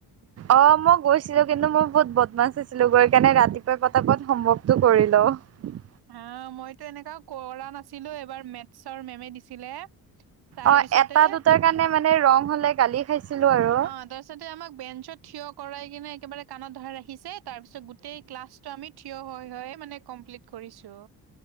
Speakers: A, on the right; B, on the right.
A: অহ, মই গৈছিলো কিন্তু মই বহুত বদমাছ হৈছিলো গৈ কেনে ৰাতিপুৱাই পতাপত সমৱৰ্কটো কৰিলও। অহ
B: হা মইতো এনেকা কৰা নাছিলো এবাৰ মেতছৰ মেমে দিছিলে তাৰপিছতে
A: অ' এটা
B: <inaudible>
A: দুটাৰ কাৰণে মানে ৰং হলে গালি খাইছিলো আৰু।
B: অহ তাৰপিছতে আমাক বেঞ্চত থিয় কৰাই কিনে একেবাৰে কাণত ধৰাই ৰাখিছে তাৰ পিছত গোটেই ক্লাছটো আমি থিয় হয় -হয় মানে কমপ্লিট কৰিছো।